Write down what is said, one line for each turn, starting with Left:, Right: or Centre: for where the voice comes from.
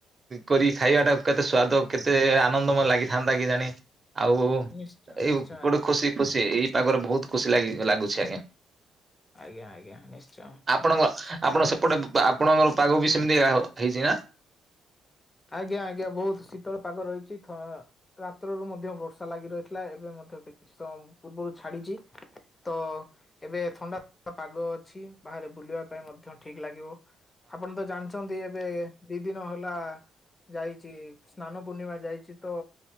Right: କରି ଖାଇବା ଟା କେତେ ସ୍ଵାଦ କେତେ ଆନନ୍ଦ ମ ଲାଗିଥାନ୍ତା କେଜାଣି। ଆଉ
Left: ନିଶ୍ଚୟ
Right: ଏଇ
Left: ନିଶ୍ଚୟ ଆଜ୍ଞା
Right: ଗୋଟେ ଖୁସି ଖୁସି ଏଇ ପାାଗରେ ବହୁତ ଖୁସି ଲାଗ ଲାଗୁଛି ଆଜ୍ଞା।
Left: ଆଜ୍ଞା ଆଜ୍ଞା ନିଶ୍ଚୟ।
Right: ଆପଣଙ୍କ ଆପଣ ସେପଟେ ଆପଣଙ୍କ ପାଗ ବି ସେମିତି ହେଇଛି ନା
Left: ଆଜ୍ଞା ଆଜ୍ଞା ବହୁତ ଶୀତଳ ପାଗ ରହିଛି। ରାତ୍ରରୁ ମଧ୍ୟ ବର୍ଷା ଲାଗି ରହିଥିଲା ଏବେ ମଧ୍ୟ କେ ତ ପୂର୍ବରୁ ଛାଡିଛି ତ ଏବେ ଥଣ୍ଡା ଥଣ୍ଡା ପାଗ ଅଛି ବାହାରେ ବୁଲିବା ପାଇଁ ମଧ୍ୟ ଠିକ ଲାଗିବ। ଆପଣ ତ ଜାଣିଛନ୍ତି ଏବେ ଦି ଦିନ ହେଲା ଯାଇଛି ସ୍ନାନ ପୂର୍ଣ୍ଣିମା ଯାଇଛି ତ